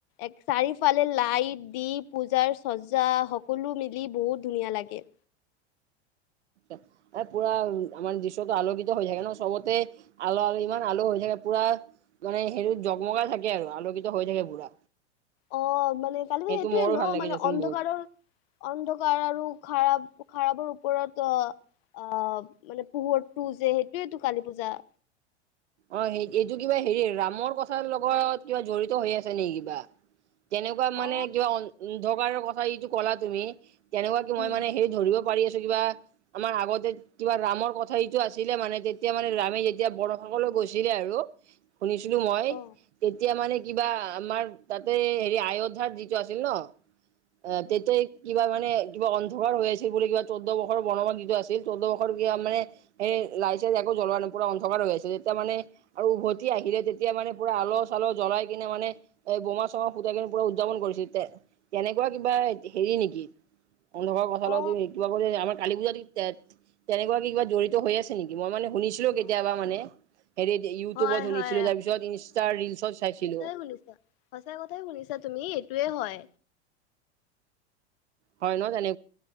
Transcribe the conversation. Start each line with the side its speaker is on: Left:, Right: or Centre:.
Left: এক চাৰিওফালে লাইট দি পূজাৰ চজা সকলো মিলি বহুত ধুনীয়া লাগে।
Right: এ‌ পুৰা আমাৰ দৃশ্যটো আলোকিত হৈ থাকে ন, চবতে আলো আলো ইমান আলো হৈ থাকে পুৰা। মানে সেইটোত জগমগাই থাকে আৰু আলোকিত হৈ থাকে পুৰা।
Left: অ মানে কালিটো
Right: সেইটো
Left: সেইটোৱে
Right: মোৰো
Left: ন
Right: ভাল লাগে
Left: মানে
Right: দেচোন
Left: অন্ধকাৰৰ
Right: বহুত
Left: অন্ধকাৰ আৰু খাৰাব খাৰাবৰ ওপৰত আঁহ আঁহ মানে পোহৰটো যে সেইটোয়েটো কালী পূজা।
Right: অ সেই এইটো কিবা হেৰি ৰামৰ কথাৰ লগত কিবা জড়িত হৈ আছে নেকি কিবা তেনেকুৱা
Left: অ
Right: মানে কিবা অন্ধকাৰৰ কথা যিটো কলা তুমি তেনেকুৱা কি
Left: উম
Right: মই মানে সেই ধৰিব পাৰি আছো কিবা আমাৰ আগতে কিবা ৰামৰ কথা সটো আছিলে মানে তেতিয়া মানে ৰামে যেতিয়া বৰফ লৈ গৈছিলে আৰু শুনিছিলো মই
Left: অ
Right: তেতিয়া মানে কিবা আমাৰ তাতে হেৰি আয়োধাৰ যিটো আছিল ন অ তেতে কিবা মানে কিবা অন্ধকাৰ হৈ আছিল বুলি কিবা চৌধ্য বৰৰ বনমান যিটো আছিল চৈধ্য বৰ কিবা মানে এ লাইছে আকৌ জলোৱানপুৰা অন্ধকাৰ হৈ আছে যেতিয়া মানে আৰু উভতি আহিলে তেতিয়া মানে পুৰা আলহ চালহ জ্বলাই কিনে মানে এই বোমা চমা সূতা কিনিৰ পৰা উদযাপন কৰিছিল তে তেনেকুৱা কিবা হেৰি নেকি অন্ধকাৰ কথা
Left: অ
Right: ল কিবা ক আমাৰ কালি পূজাত তেনেকুৱা কি কিবা জড়িত হৈ আছে নেকি মই মানে শুনিছিলোঁ
Left: অ
Right: কেতিয়াবা মানে হেৰি ইউটিউবত
Left: হয়
Right: শুনিছিলোঁ
Left: হয়
Right: তাৰপিছত ইনষ্টাৰ ৰিলচত চাইছিলোঁ
Left: শছা <inaudible> সঁচাই কথাই শুনিছা তুমি এইটোয়ে হয়
Right: হয় নহয় জান